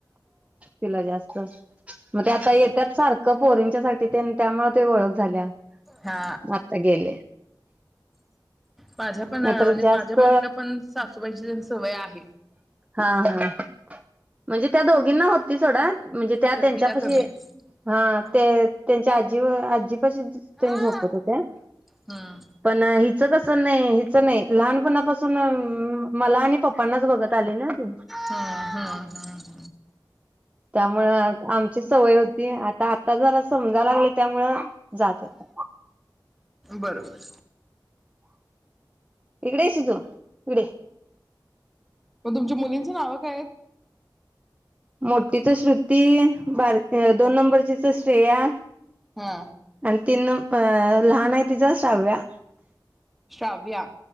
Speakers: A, on the right; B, in the centre.
A: तिला जास्त मग ते आता
B: हम्म.
A: येतात सारखं पोरींच्यासाठी तेन ते त्यामुळे ते झाल्या.
B: हा
A: आता गेले
B: माझ्या पण
A: नाहीतर
B: म्हणजे
A: जास्त
B: माझ्या मुलीला पण सासूबाईची तेन सवय आहे.
A: हा हा म्हणजे त्या दोघींना होत. ती सोडा म्हणजे त्या
B: खर
A: त्यांच्यापशी
B: हिला कमी
A: हं
B: आहे.
A: ते त्यांच्या आ जीव आजी <unintelligible>
B: हा
A: झोपत होते
B: हम्म
A: पण हि ह कस नाही हिच नाही लहानपणापासून तेन मला आणि पप्पांनाच बघत आले ना ते.
B: हम्म हम्म हम्म.
A: त्यामुळं आमची सवय होती. आता, आता जरा सम लागली त्यामुळं जात येत
B: बरोबर
A: इकडे ये शिजू इकडे ये.
B: पण तुमच्या मुली तुझ नाव काय आहेत?
A: मोठीच श्रुती. बार दोन नंबरचीच श्रेया.
B: हा
A: आणि तीन अ लहान आहे तिच साव्या
B: श्राव्या